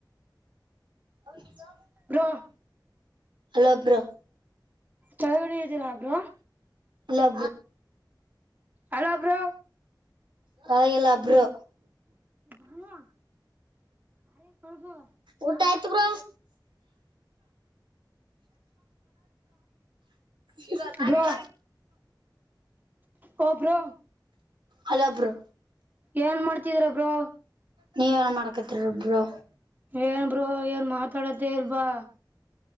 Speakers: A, on the right; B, on the right.
A: ಹದು
B: ರೋ
A: ಅಲೊಬ್್ರ
B: ಚಳಗಡೆ ಇದ್ದೀರಾ ಅಬ್್ರ
A: ಲು
B: ಅಲ್ಲ ಬರ
A: ತಳಗೆಲ್ಲ ಅಬ್ರೋ
B: ಬಾಣುವ ಅ ಕೊಳ್ುವ
A: ಊಟ ಆಯ್ತು ಬ್ರ ಈಗ ಕಾರ
B: ಬ್ರೋ ಓ ಬ್ರೋ
A: ಹಲಬ್ರು
B: ಏನ್ ಮಾಡ್ತಿದ್ರ ಬ್ರೋ
A: ನೀವ ಏನ ಮಾಡ್ಕತ್ರಿ ರೊಬ್ರು
B: ಏನ್ಬರು ಏನ್ ಮಾತಾಡತ್ತೇ ಇಲ್ವಾ